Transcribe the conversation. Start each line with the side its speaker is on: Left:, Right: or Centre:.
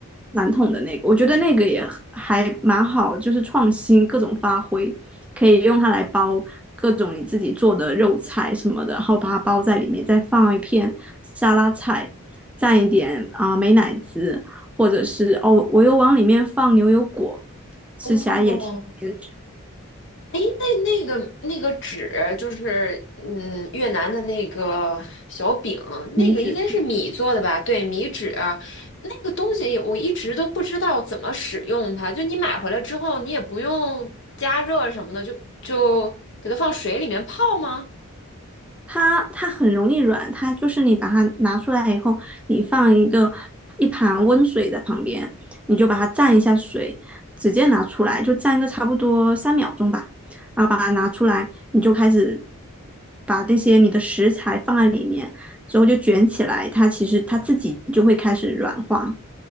Centre: 传统的那个，我觉得那个也还蛮好，就是创新各种发挥，可以用它来包各种你自己做的肉菜什么的，然后把它包在里面，再放一片沙拉菜，蘸一点啊、呃美乃滋，或者是哦，我又往里面放牛油果，吃起来也挺甜，
Left: 哦，哎，那那个那个纸，就是嗯，越南的那个小饼，
Centre: 腻脂。
Left: 那个应该是米做的吧？对，米纸啊，那个东西我一直都不知道怎么使用它。就你买回来之后，你也不用加热什么的，就就给它放水里面泡吗？
Centre: 它它很容易软，它就是你把它拿出来以后，你放一个一盘温水在旁边，你就把它蘸一下水，直接拿出来，就蘸个差不多三秒钟吧，然后把它拿出来，你就开始把那些你的食材放在里面，之后就卷起来，它其实它自己就会开始软化，